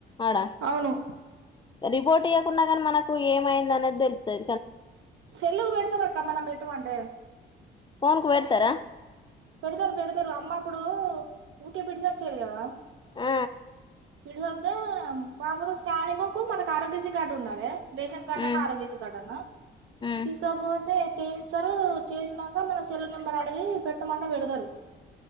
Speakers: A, on the left; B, on the right.
A: ఆడా
B: అవును
A: రిపోర్ట్ ఈయ్యకుండ నీ మనకు ఏమయింద అనేది తెలుతది
B: సెల్లుకు పెడతారు అక్కమ్మనం పెట్టుకోంటే
A: ఫోన్కు వెర్తర
B: పెడతరు పెడతరు అమ్మ అప్పుడు ఊకే పెడిస వచ్చారు కదా
A: ఆ
B: ఇడుద్దా కాకపోతే స్కానింగ్ కు మనకు ఆరోగ్యశీ కార్డు ఉండాలే రేషన్ కార్డ్
A: ఉమ్
B: అనా ఆరోగ్యశీ కార్డు అనా
A: ఉమ్
B: తీసుకోకపోతే చేయిస్తరు చేసినాక మన సెల్ నెంబర్ అడిగి పెట్ ఎట్ట మళ్ళ పెడతరు